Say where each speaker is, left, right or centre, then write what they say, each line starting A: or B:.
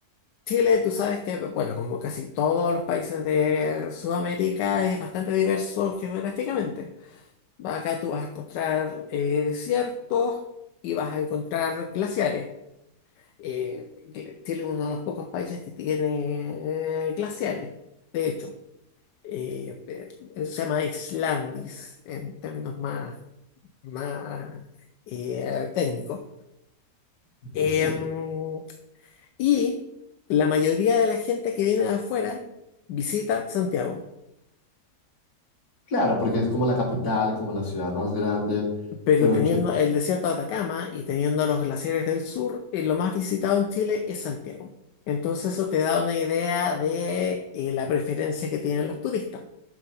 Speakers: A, on the left; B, on the left.
A: Chile, tú sabes que, bueno, como casi todos los países de Sudamérica, es bastante diverso geográficamente. Va- Acá tú vas a encontrar eh, desiertos y vas a encontrar glaciares. Eh, gl- Chile es uno de los pocos países que tiene eh, glaciares, de hecho. Eh, pe- eso se llama Islandis en términos más, más eh, técnicos.
B: Bastante.
A: Em, y la mayoría de la gente que viene de afuera visita Santiago.
B: Claro, porque es como la capital, como la ciudad más grande,
A: Pero
B: pero
A: teniendo el desierto de Atacama y teniendo los glaciares del sur, eh, lo más visitado en Chile es Santiago. Entonces eso te da una idea de eh, la preferencia que tienen los turistas.